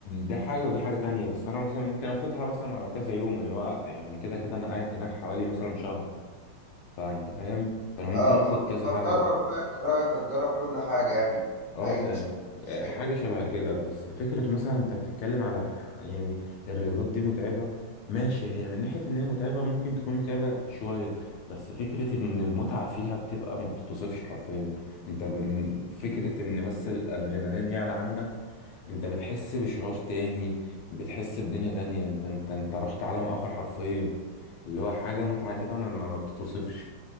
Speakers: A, on the left (about 80°); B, on the right (about 25°).
A: ده حاجه وده حاجه تانية بس انا مثلا ممكن اخدها مثلا على كذا يوم اللي هو يعني كده كده انا قاعد هناك حوالي مثلا شهر فانت فاهم فانا ممكن
B: اه
A: اخد
B: فت-
A: كذا
B: فتجرب
A: حاجه بقى
B: رأيك رأيك هتجرب كل حاجة يعني بأي
A: اه تمام
B: مش- مشكلة
A: حاجة شبه كده بس فكرة مثلا انت بتتكلم على ح- يعني الرياضات دي متعبة ماشي هي من ناحية ان هي متعبة ممكن تكون متعبة شوية بس فكرة ان المتعة فيها بتبقى ما بتتوصفش حرفيا انت من فكرة ان بس الادرينالين يعلى عندك انت بتحس بشعور تاني بتحس بدنيا تانية انت انت انت رحت عالم اخر حرفيا اللي هو حاجة متعة كده ما, ما ما بتتوصفش